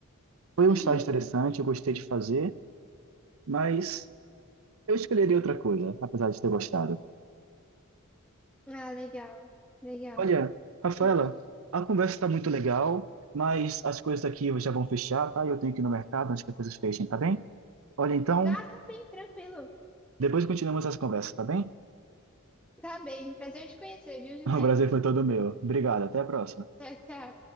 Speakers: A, on the right; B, in the centre.
A: Foi um
B: Uhum.
A: estágio interessante, eu gostei de fazer, mas eu escolheria outra coisa, apesar de ter gostado.
B: Ah, legal, legal.
A: Olha, Rafaela,
B: E
A: a conversa está muito legal, mas as coisas aqui já vão fechar, tá? Eu tenho que ir no mercado antes que as coisas fechem, tá bem? Olha, então,
B: ah, tá bem, tranquilo.
A: depois continuamos as conversas tá bem? <laughs>
B: Tá bem, prazer te conhecer, viu, José?
A: O prazer foi todo meu. Obrigado, até a próxima.
B: Tchau, tchau.